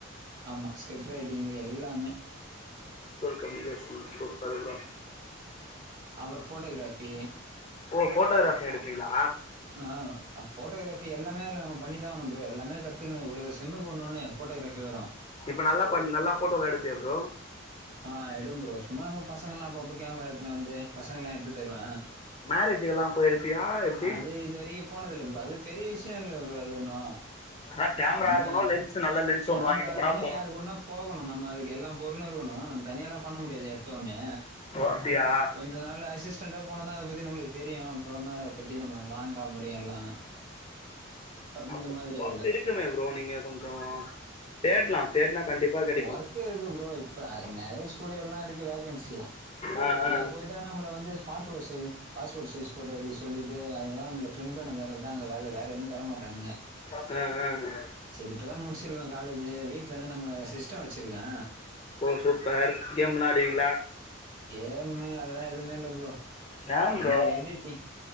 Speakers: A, on the right; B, on the left.
A: ஆமா ஸ்கிப்ட் ரைட்டிங் எல்லாமே
B: விஷுவல் கம்யூனிகேஷன் சூப்பரு ப்ரோ
A: அப்றோ போட்டோகிராபி
B: ஓ போட்டோகிராபி எடுப்பீங்ளா
A: ஆ போட்டோகிராபி எல்லாமே அதது நம்ம பண்ணிதா ஆகணு ப்ரோ எல்லாமே கத்துக்கனது ஒரு ஒரு செம்க்கு ஒண்னொன்னு போட்டோகிராபி வரு
B: இப்ப நல்லா பன் நல்லா போட்டோல எடுப்பியா ப்ரோ
A: ஆ எடுப் ப்ரோ சும்மா நம்ம பசங்கல்லா அப்பப்போ கேமரா எடுத்துன்னு வந்து பசங்கல்லா எடுத்து தருவ
B: மேரேஜுக்கெல்லாம் போய் எடுப்பியா எப்படி
A: அது இது வரியு போனதில்ல ப்ரோ அது பெரிய விஷய இல்ல ப்ரோ அது ஒன்னு
B: ஆனா கேமரா
A: ஆமா
B: இருக்கணு லென்ஸ் நல்ல லென்ஸ்
A: கேமரா
B: ஒன்னு வாங்கிட்டோம்னா
A: இருக்குனு
B: போது
A: யாருக்கூட்னா போகணு நம்ம அதுக்கு எல்லா பொருளு இருக்கணு நம்ம தனியாலா பண்ண முடியாது எடுத்த ஒன்னே
B: ஓ அப்டியா
A: அதனால அசிஸ்டன்ட்டா போனாதா அத பத்தி நம்மளுக்கு தெரியு அப்புறந்தா அத பத்தி நம்ம வாங்கா முடியு எல்லா அந்த
B: அப்ப
A: மாதிரி
B: ஒர்க்
A: அதுல
B: இருக்குமே ப்ரோ நீங்க கொஞ்சோ தேட்லா தேட்ன கண்டிப்பா கெடைக்கு
A: ஒர்க் இருக்கு ப்ரோ இப்ப நெறை ஸ்டுடியோல்லா இருக்கு வேக்கன்சி
B: ஆ
A: அங்க
B: ஆ
A: போயிட் ட்டா நம்ள வந்து passport size passport size photo எடுக்க சொல்லிட்டு அதுதா நம்ம ப்ரண்ட் பண்ண தரதா வேல அங்க வேறு எதுவு தர மாட்டானுங்க
B: அ அ
A: செரி இப்பதா முடிச்சிருக்கோ காலேஜு வீட்ல இந்து நம்ம சிஸ்ட்டோ வச்சிருக்கே
B: ஓ சூப்பர் கேம் லா ஆடுவீங்ளா
A: கேம்மு அதெல்லா எதுமே இல்ல ப்ரோ
B: டேம்
A: ஒன்லி
B: ப்ரோ
A: எடிட்டிங்